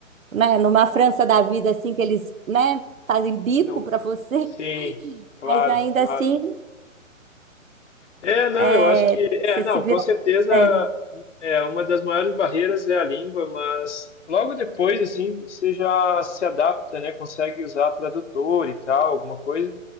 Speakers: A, on the right; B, on the left.
A: né? Numa França da vida, assim, que eles, né? Fazem bico
B: não,
A: para você,
B: sim,
A: <laughs>
B: claro,
A: mas ainda
B: claro.
A: assim,
B: É, não,
A: é,
B: eu acho que é,
A: você
B: não,
A: se vira.
B: com certeza
A: É,
B: um- é uma das maiores barreiras é a língua, mas logo depois assim você já se adapta, né? Consegue usar tradutor e tal, alguma coisa.